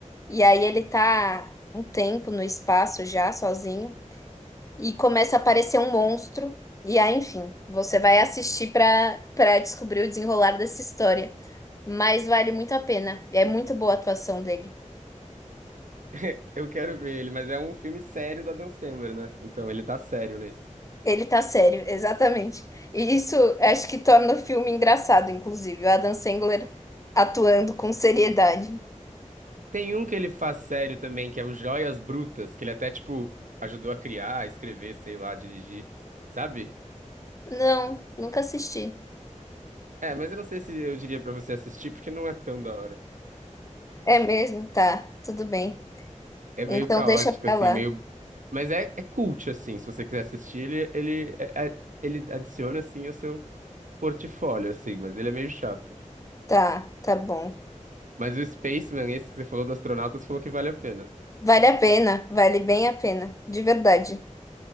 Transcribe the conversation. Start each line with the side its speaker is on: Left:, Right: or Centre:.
Left: e aí ele tá um tempo no espaço já, sozinho, e começa a aparecer um monstro, e aí, enfim, você vai assistir pra para descobrir o desenrolar dessa história. Mas vale muito a pena, e é muito boa a atuação dele.
Right: <laughs> Eu quero ver ele, mas é um filme sério do Adam Sandler, né? Então ele tá sério nesse.
Left: Ele tá sério, <laughs> exatamente. E isso acho que torna o filme engraçado, inclusive, o Adam Sandler atuando com seriedade.
Right: Tem um que ele faz sério também, que é o Joias Brutas, que ele até, tipo, ajudou a criar, a escrever, sei lá, dirigir, sabe?
Left: Não, nunca assisti.
Right: É, mas eu não sei se eu diria pra você assistir, porque não é tão da hora.
Left: É mesmo? Tá, tudo bem.
Right: É meio
Left: Então
Right: caótico,
Left: deixa pra
Right: assim,
Left: lá.
Right: meio. Mas é, é cult, assim, se você quiser assistir, ele, ele, é- é- ele adiciona, assim, ao seu portfólio, assim, mas ele é meio chato.
Left: Tá, tá bom.
Right: Mas o Spaceman, esse que você falou do astronauta, você falou que vale a pena.
Left: Vale a pena, vale bem a pena, de verdade.